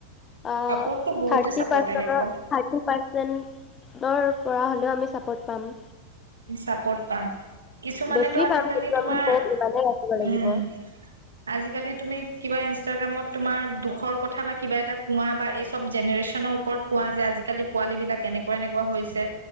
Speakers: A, on the left; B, on the right.
A: আঁ
B: চাপৰ্টটো বহুতে
A: থাৰ্টি
B: চাপৰ্ট
A: পাৰচেনৰ
B: আহিব
A: আ থাৰ্টি পাৰ্চেনৰ কৰা হ'লেও আমি ছাপৰ্ট পাম
B: ছাপৰ্ট পাম কিছুমানেতো
A: বেছি
B: আজিকালি
A: পাম কিন্তু
B: তোমাৰ
A: আমি বহুত ইমানেই ৰাখিব লাগিব
B: উম আজিকালি তুমি কিবা ইাগ্ৰামত তোমাৰ দুখৰ কথা বা কিবা এটা কোৱা বা এইচব জেনেৰেচনৰ ওপৰত কোৱা যে আজা কালি পোৱালি বিলাক এনেকুৱা এনেকুৱা হৈছে